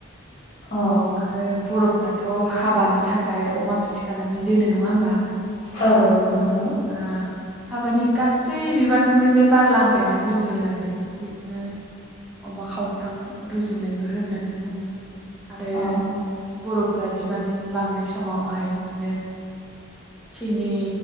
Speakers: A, on the left; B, in the centre.
A: अ
B: आरो बर'फोराथ' हाबानि थाखाय अमा फिसिखानानै दोनो नङा होमबा
A: औ नंगौ नंगौ
B: ओ हाबानि गासै बिबानखौनो बे बार लामफायानो रुजुनो आरो बेखौनो अमा खावथाम रुजुनायबो होननानै बुङो। आरो
A: अ
B: बर'फोरा बिबान लांनाय समावहाय बिदिनो सिनि